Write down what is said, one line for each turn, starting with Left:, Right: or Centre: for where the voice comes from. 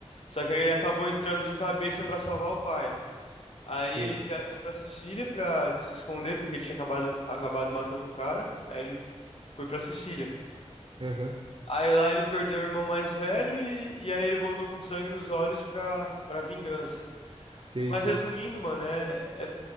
Left: Só que aí ele acabou entrando de cabeça pra salvar o pai. Aí
Right: sei.
Left: ele viajou pra Sicília pra se esconder, porque ele tinha acabado, acabado matando um cara. Aí ele foi pra Sicília.
Right: Aham,
Left: Aí lá ele perdeu o irmão mais velho e, e aí ele voltou com sangue nos olhos pra, pra vingança.
Right: sei,
Left: Mas
Right: sei.
Left: resumindo, mano, é, é